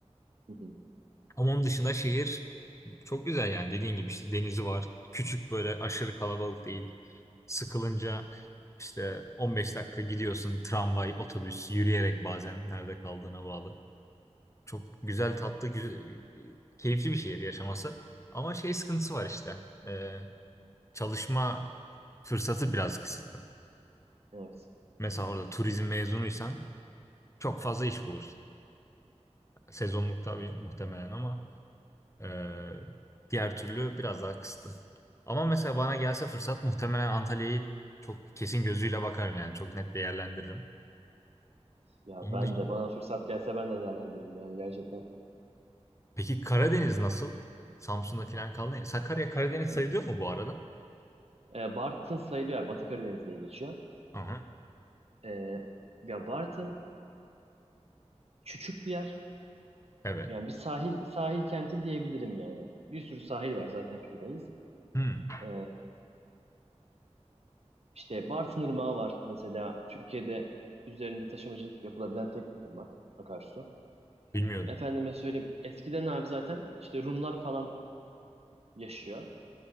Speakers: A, on the right; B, on the left.
A: Hı hı.
B: Ama onun dışında şehir Çok güzel yani dediğin gibi işte denizi var. Küçük böyle aşırı kalabalık değil. Sıkılınca işte 15 dakika gidiyorsun tramvay, otobüs, yürüyerek bazen nerede kaldığına bağlı. Çok güzel, tatlı, güzel, keyifli bir şehir yaşaması. Ama şey sıkıntısı var işte. Ee, çalışma fırsatı biraz kısıtlı.
A: Evet.
B: Mesela orada turizm mezunuysan çok fazla iş bulursun. Sezonluk tabii muhtemelen ama Ee, diğer türlü biraz daha kısıtlı. Ama mesela bana gelse fırsat muhtemelen Antalya'yı çok kesin gözüyle bakarım yani çok net değerlendiririm.
A: Ya
B: Onun
A: ben
B: dışında.
A: de bana fırsat gelse ben de değerlendiririm yani gerçekten.
B: Peki Karadeniz nasıl? Samsun'da falan kaldı. Sakarya Karadeniz sayılıyor mu bu arada?
A: Ee, Bartın sayılıyor. Yani Batı Karadeniz diye geçiyor.
B: Aha,
A: Ee, ya Bartın küçük bir yer.
B: evet.
A: Yani bir sahil sahil kenti diyebilirim yani. Bir sürü sahil var zaten kıyıdayız.
B: Hmm,
A: Ee, işte Bartın Irmağı var mesela Türkiye'de üzerinde taşımacılık yapılabilen tek ırmak akarsu.
B: bilmiyordum.
A: Efendime söyleyeyim eskiden abi zaten işte Rumlar falan yaşıyor.